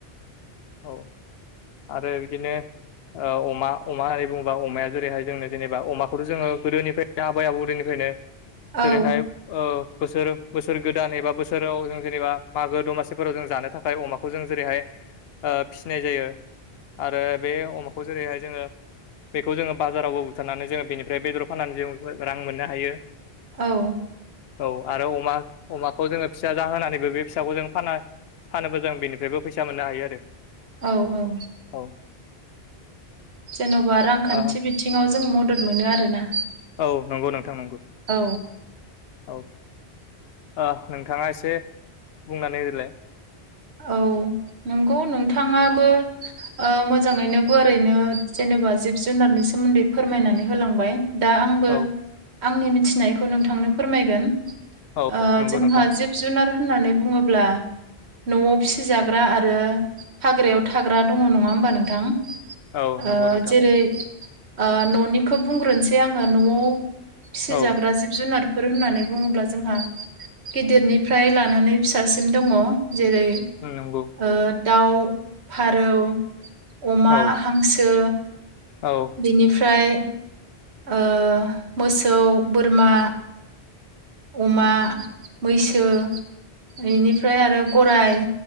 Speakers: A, on the left; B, on the right.
A: औ आरो बिदिनो ओ अमा होननानै बुङोबा अमाया जेरैहाय जोंनो जेनेबा अमाखौथ' जोङो गोदोनिफ्राय‌ आबै आबौ उदैनिफ्रायनो
B: औ
A: जेरैहाय ओ बोसोर बोसोर गोदान एबा बोसोराव जों जेनेबा मागो दमासिफोराव जों जानो थाखाय अमाखौ खौ जों जेरैहाय फिसिनाय जायो आरो बे अमाखौ जेरैहाय जोङो बेखौ जोङो बाजारावबो बुथारनानै जोङो बेनिफ्राय बेदर फाननानै जों रां मोननो हायो।
B: औ
A: औ आरो अमा अमाखौ जोङो फिसा जाहोनानैबो बे फिसाखौ जों फानोब्ला जों बेनिफ्रायबो फैसा मोननो हायो आरो।
B: औ औ।
A: औ
B: जेन'बा रांखान्थि
A: ओ
B: बिथिङाव जों मदद मोनो आरोना।
A: औ नंगौ नोंथां नंगौ।
B: औ
A: ओ नोंथाङा एसे बुंनानै होग्रोलाय।
B: औ नंगौ नोंथाङाबो ओ मोजाङैनो गुवारैनो जेनेबा जिब जुनारनि सोमोन्दै फोरमायनानै होलांबाय। दा आंबो
A: औ
B: आंनि मिथिनायखौ नोंथांनो फोरमायगोन।
A: औ
B: ओ
A: नंगौ
B: जोंहा
A: नोंथां
B: जिब जुनार होननानै बुङोब्ला न'आव फिसिजाग्रा आरो हाग्रायाव थाग्रा दङ नङा होमबा नोंथां।
A: औ
B: ओ
A: नंगौ नोंथां
B: जेरै ओ न'निखौ बुंग्रोनोसै आङो न'आव फिसिजाग्रा
A: औ
B: जिब जुनार बेफोर होननानै बुङोब्ला जोंहा गिदिरनिफ्राय लानानै फिसासिम दङ जेरै
A: ओम नंगौ
B: ओ दाउ, फारौ, अमा,
A: औ
B: हांसो
A: औ
B: बिनिफ्राय ओ मोसौ, बोरमा अमा, मैसो बेनिफ्राय आरो गराय